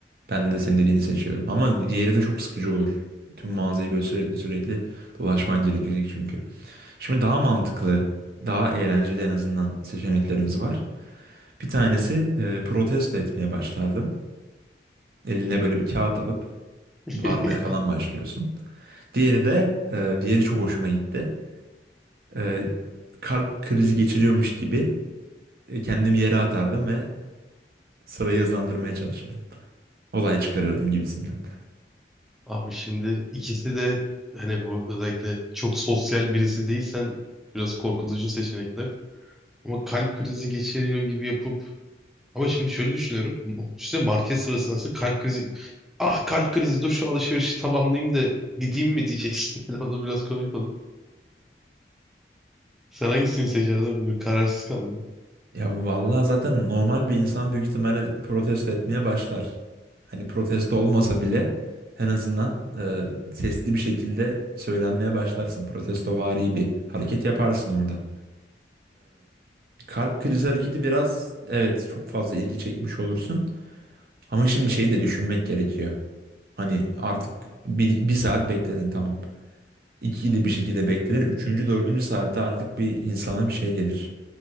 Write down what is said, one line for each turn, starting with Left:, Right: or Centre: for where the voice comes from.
Right: Ben de senin dediğini seçiyorum. Ama diğeri de çok sıkıcı olur. Tüm mağazayı böyle sürekli sürekli dolaşman gerekecek çünkü. Şimdi daha mantıklı, daha eğlenceli en azından seçeneklerimiz var. Bir tanesi e, protesto etmeye başlardım. Eline böyle bir kağıt alıp
Centre: <laughs>
Right: bağırmaya falan başlıyorsun. Diğeri de, e, diğeri çok hoşuma gitti. E, kalp krizi geçiriyormuş gibi e, kendimi yere atardım ve Sırayı hızlandırmaya çalışırdım. Olay çıkarırdım gibisinden.
Centre: Abi şimdi ikisi de hani bu özellikle çok sosyal birisi değilsen biraz korkutucu seçenekler. Ama kalp krizi geçiriyor gibi yapıp ama şimdi şöyle düşünüyorum. İşte market sırasında nasıl kalp krizi ah kalp krizi dur şu alışverişi tamamlayayım da gideyim mi diyeceksin. <laughs> O da biraz komik olur. Sen hangisini seçerdin abi? Bir Kararsız kaldım.
Right: Ya vallahi zaten normal bir insan büyük ihtimalle protesto etmeye başlar. Hani protesto olmasa bile en azından e, sesli bir şekilde söylenmeye başlarsın. Protestovari bir hareket yaparsın orada. E, kalp krizi hareketi biraz evet çok fazla ilgi çekmiş olursun. Ama şimdi şeyi de düşünmek gerekiyor. Hani artık bir, bir saat bekledin tamam. İkiyi de bir şekilde bekledin. Üçüncü, dördüncü saatte artık bir insana bir şey gelir.